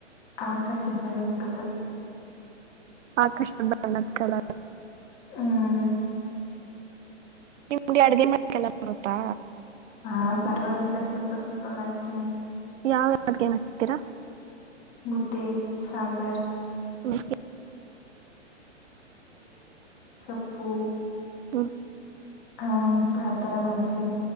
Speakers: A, on the left; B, on the right.
A: ಆಕಾಶದ ಬಣ್ಣದ ಕಲರು
B: ಆಕರ್ಷ ಬಣತ್ ಕಲ
A: ಹ್ಮ
B: ನಿಮ ಅಡ್ಗೆ ಮಕಲ್ಲ ಬರುತ್ತಾ
A: ಹಾ ಪರವಾಗಿಲ್ಲ ಸ್ವಲ್ಪ ಸ್ವಲ್ಪ ಮಾಡ್ತೀನಿ
B: ಯಾವ ಅಡ್ಗೆ ಮಾಡ್ತೀರಾ
A: ಮುದ್ದೆ ಸಾಂಬರ್
B: ಹ್ಮ್
A: ಸಪ್ಪು
B: ಹ್ಮ
A: ಹ ಆತರ ಮಾಡ್ತೀನಿ